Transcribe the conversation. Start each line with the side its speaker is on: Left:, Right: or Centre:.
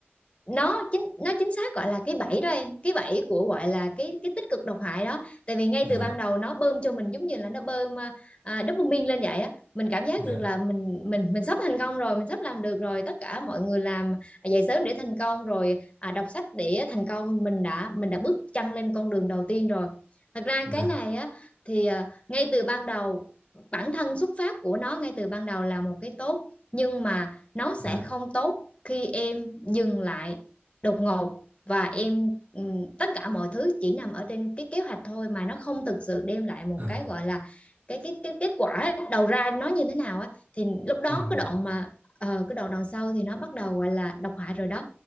Left: nó chính nó chính xác gọi là cái bẫy đó em cái bẫy của gọi là cái cái tích cực độc hại đó tại vì ngay
Right: dạ
Left: từ ban đầu nó bơm cho mình giống như là nó bơm à, à, dopamine lên vậy á mình cảm giác
Right: dạ
Left: được là mình mình mình sắp thành công rồi mình sắp làm được rồi tất cả mọi người làm dậy sớm để thành công rồi à, đọc sách để thành công mình đã mình đã bước chân lên con đường đầu tiên rồi thật ra
Right: dạ
Left: cái này á thì à, ngay từ ban đầu bản thân xuất phát của nó ngay từ ban đầu là một cái tốt nhưng mà nó
Right: dạ
Left: sẽ không tốt khi em dừng lại đột ngột và em ừm, tất cả mọi thứ chỉ nằm ở trên cái kế hoạch thôi mà nó không thực sự đem lại một
Right: Ờ,
Left: cái gọi là cái cái cái kết quả đầu ra nó như thế nào á thì lúc đó
Right: em hiểu
Left: cái đoạn mà ờ, cái đoạn đằng sau thì nó bắt đầu gọi là độc hại rồi đó